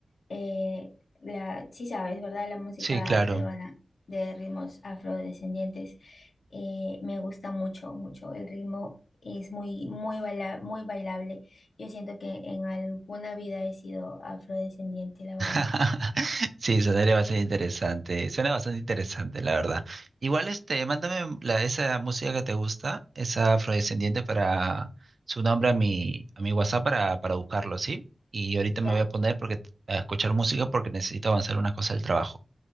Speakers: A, on the left; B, on the right.
A: eh, la, sí sabes, ¿verdad? La música
B: Sí, claro.
A: peruana de ritmos afrodescendientes eh, me gusta mucho, mucho. El ritmo es muy, muy baila- muy bailable. Yo siento que en alguna vida he sido afrodescendiente, la verdad.
B: <laughs> Sí, sonaría bastante interesante. Suena bastante interesante, la verdad. Igual, este, mándame la, esa música que te gusta, esa afrodescendiente para su nombre a mi, a mi WhatsApp para, para buscarlo, ¿sí? Y ahorita
A: Ya.
B: me voy a poner porque, a escuchar música porque necesito avanzar unas cosas del trabajo.